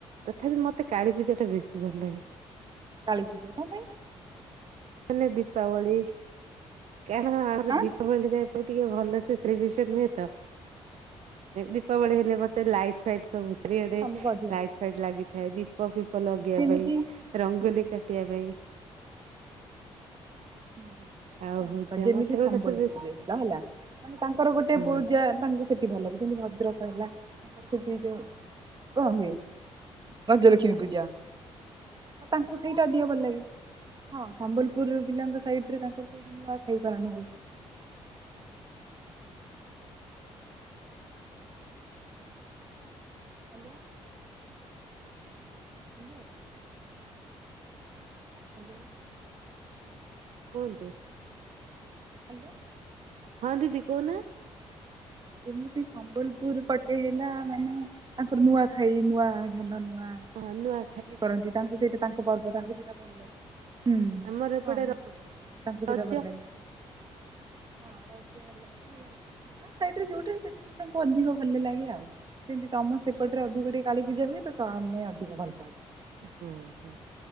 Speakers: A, on the right (about 70°); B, on the right (about 40°).
A: ତଥାପି ମତେ କାଳୀ ପୂଜା ଟା ବେଶୀ ଭଲ ଲାଗେ।
B: କାଲି ପୂଜା କଣ ପାଇଁ?
A: ମନେ ଦୀପାବଳି କାରଣ ଆହୁରି
B: ଆଁ
A: ଦୀପାବଳିରେ ମତେ ଟିକେ ଭଲ ସେ ସେଲିବ୍ରେସନ ହୁଏତ ଦୀପାବଳି ହେଲେ ମତେ ଲାଇଟ୍ ଲାଇଟ ସବୁ
B: ସେ
A: ଚାରିଆଡେ
B: ନେଇ ତମକୁ ଅଧିକ
A: ଲାଇଟ ଲାଗିଥାଏ ଦୀପ ଫିପ ଲଗେଇବା
B: ଯେମିତି
A: ପାଇଁ
B: ହୁଁ
A: ରଙ୍ଗୋଲି
B: ହୁଁ
A: କାଟିବା ପାଇଁ।
B: ନାଇଁ
A: ଆଉ ହଉଛି
B: ଦେଖ
A: ଆମର
B: ଯେମିତି
A: ସେଗୁଡା
B: ସମ୍ବଲପୁର
A: ସବୁ
B: ରେ। ହେଲା ମାନେ ତାଙ୍କର ଗୋଟେ
A: ହଁ
B: ପୂଜା ତାଙ୍କୁ ସେଠି ଭଲ ଲାଗେ ଯେମିତି ଭଦ୍ରକ ହେଲା। ତାପରେ ସେଠି ଯୋଉ କଣ ହୁଏ ଗଜଲକ୍ଷ୍ମୀ ପୂଜା। ତ ତାଙ୍କୁ ସେଇଟା ଅଧିକ ଭଲ ଲାଗେ ହଁ ସମ୍ବଲପୁର ପିଲାଙ୍କ ସାଇଟରେ ତାଙ୍କର ସବୁ ନୂଆ ଖାଇ ପାଳନ ହୁଏ। ହାଲୋ। ହାଲୋ। ହାଲୋ।
A: କୁହନ୍ତୁ।
B: ହାଲୋ।
A: ହଁ ଦିଦି କହୁନା।
B: ଯେମିତି ସମ୍ବଲପୁର ପଟେ ହେଲା ମାନେ। ତାଙ୍କର ନୂଆ ଖାଇ ନୂଆ ଧାନ ନୂଆ।
A: ହଁ ନୂଆ
B: କିଏ କରନ୍ତି ତାଙ୍କୁ ସେଇଟା ତାଙ୍କୁ ପର୍ବ ତାଙ୍କୁ ସେଇଟା ଭଲ ଲାଗେ। ହୁଁ
A: ଆମର ଏପଟେ
B: ହଁ ମୁଖ୍ୟ ପର୍ବ ସେରା ତାଙ୍କୁ ସେଟା
A: ରଜ
B: ଭଲ ଲାଗେ। ହଁ ରଜ ହେଲା କି ଯାହା ସାଇଡ଼ରେ ଯୋଉଟା ସେଟା ଟିକେ ତାଙ୍କୁ ଅଧିକ ଭଲ ଲାଗେ ଆଉ। ସେନ୍ତି ତମ ସେପଟରେ ଅଧିକ ଟିକେ କାଳୀ ପୂଜା ହୁଏ ତ ତମେ ଅଧିକ ଭଲ ପାଅ ଟି
A: ହଁ ହଁ